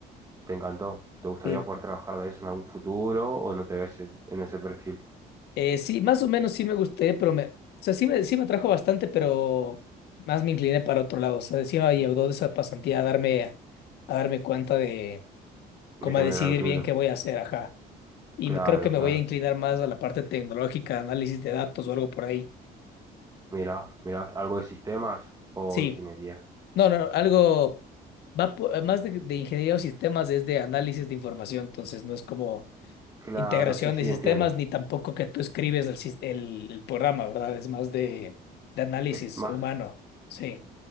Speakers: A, on the right (about 20°); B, on the left (about 75°).
A: ¿Te encantó? ¿Te gustaría
B: sí
A: poder trabajar de eso en algún futuro o no te ves en en ese perfil?
B: Eh, sí, más o menos sí me gusté, pero me, o sea, sí me, sí me atrajo bastante, pero más me incliné para otro lado. O sea, sí me ayudó de esa pasantía a darme, a darme cuenta de cómo
A: De que
B: a decidir
A: no era lo tuyo.
B: bien qué voy a hacer, ajá. Y
A: Claro,
B: me- creo que me
A: claro.
B: voy a inclinar más a la parte tecnológica, análisis de datos o algo por ahí.
A: Mira, mira, algo de sistemas o
B: Sí,
A: ingeniería.
B: no, no, algo va po- más de, de ingeniería o sistemas es de análisis de información, entonces no es como
A: Claro,
B: integración
A: sí, sí,
B: de sistemas,
A: entiendo.
B: ni tampoco que tú escribes el, sis- el, el programa, ¿verdad? Es más de, de análisis
A: Es más,
B: humano. Sí,